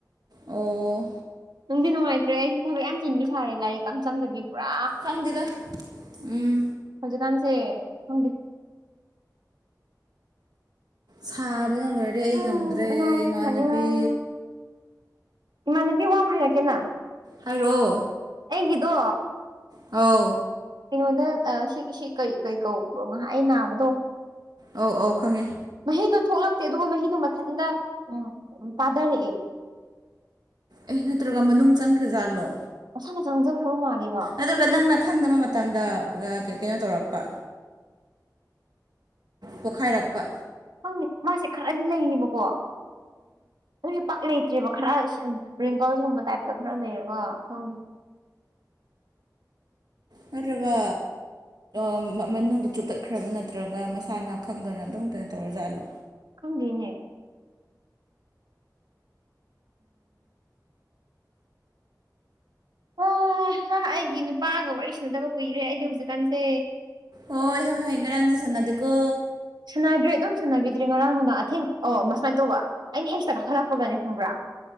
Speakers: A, on the right; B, on the right.
A: ꯑꯣ
B: ꯅꯨꯡꯗꯤ ꯅꯨꯡꯉꯥꯏꯇ꯭ꯔꯦ ꯑꯩꯁꯨ ꯊꯕꯛ ꯌꯥꯝ ꯆꯤꯟꯕꯤ ꯁꯥꯔꯦ ꯂꯥꯏꯔꯤꯛꯀ ꯑꯝ ꯆꯪꯗꯕꯤ ꯄꯨꯔꯥ
A: ꯈꯪꯗꯦꯗ ꯎꯝ
B: ꯍꯧꯖꯤꯛꯀꯥꯟꯁꯦ ꯈꯪꯗꯦ
A: ꯁꯥꯕꯅ ꯂꯣꯏꯔꯦ ꯑꯩ
B: ꯑꯁ
A: ꯉꯝꯗ꯭ꯔꯦ
B: ꯑꯅꯥꯕꯁꯦ
A: ꯏꯃꯥꯟꯅꯕꯤ
B: ꯐꯅꯤꯡꯉꯥꯏꯔꯣ ꯏꯃꯥꯟꯅꯕꯤ ꯋꯥ ꯑꯃ ꯍꯥꯏꯔꯛꯀꯦꯅ
A: ꯍꯥꯏꯔꯛꯑꯣ
B: ꯑꯩꯒꯤꯗꯣ
A: ꯑꯧ
B: ꯀꯩꯅꯣꯗ ꯑꯥ ꯁꯤ ꯁꯤ ꯀꯔꯤ ꯀꯩ ꯀꯧꯕ꯭ꯔꯥ ꯅꯍꯥꯟ ꯑꯩ ꯅꯥꯕꯗꯣ
A: ꯑꯧ ꯑꯧ ꯈꯪꯉꯦ
B: ꯃꯍꯤꯗꯣ ꯊꯣꯛꯂꯛꯇꯦ ꯑꯗꯨꯒ ꯃꯍꯤꯗꯣ ꯃꯊꯟꯇ ꯎꯝ ꯄꯥꯗꯥꯔꯛꯑꯦ
A: ꯑꯦ ꯅꯠꯇ꯭ꯔꯒ ꯃꯅꯨꯡ ꯆꯪꯈ꯭ꯔꯖꯥꯠꯂꯣ
B: ꯃꯁꯥꯅ ꯆꯪꯖꯈ꯭ꯔꯕ ꯃꯥꯜꯂꯦꯕ
A: ꯑꯗꯨꯒ ꯅꯪꯅ ꯈꯪꯗꯕ ꯃꯇꯝꯗ ꯀꯩ ꯀꯩꯅꯣ ꯇꯧꯔꯛꯄ ꯄꯣꯈꯥꯏꯔꯛꯄ
B: ꯈꯪꯗꯦ ꯃꯥꯏꯁꯦ ꯈꯔꯗꯤ ꯂꯩꯌꯤꯕꯀꯣ ꯑꯗꯨꯁꯨ ꯄꯥꯛ ꯂꯩ ꯂꯩꯇꯦꯕ ꯈꯔ ꯄꯤꯝꯄꯜꯀꯨꯝꯕ ꯇꯥꯏꯞꯇ ꯈꯥꯔ ꯂꯩꯔꯒ ꯈꯪꯗꯦ
A: ꯅꯠꯇ꯭ꯔꯒ ꯑꯝ ꯑꯥ ꯃꯅꯨꯡꯗ ꯆꯨꯞꯇꯠꯈ꯭ꯔꯕ ꯅꯠꯇ꯭ꯔꯒ ꯃꯁꯥꯅ ꯈꯪꯗꯅ ꯑꯗꯨꯝ ꯀꯩꯅꯣ ꯇꯧꯔꯖꯥꯠꯂꯣ
B: ꯈꯪꯗꯦꯅꯦ ꯑꯣ ꯅꯪ ꯑꯩꯒꯤ ꯅꯨꯄꯥꯒ ꯋꯥꯔꯤ ꯁꯅꯗꯕ ꯀꯨꯏꯔꯦ ꯑꯩꯗꯤ ꯍꯧꯖꯤꯛꯀꯥꯟꯁꯦ
A: ꯍꯣꯏ ꯍꯣꯏ ꯍꯣꯏ ꯉꯔꯥꯡꯗꯤ ꯁꯥꯟꯅꯗꯦꯀꯣ
B: ꯁꯥꯟꯅꯗ꯭ꯔꯦ ꯑꯗꯨꯝ ꯁꯥꯟꯅꯕꯤꯗ꯭ꯔꯦ ꯉꯔꯥꯡ ꯅꯨꯡꯗꯥꯡ ꯑꯊꯦꯡ ꯑꯣ ꯃꯁꯨꯃꯥꯏꯅ ꯇꯧꯕ ꯑꯩꯅ ꯍꯦꯛꯁꯇ ꯀꯥꯈꯠꯂꯛꯄꯒꯅꯦ ꯈꯪꯕ꯭ꯔꯥ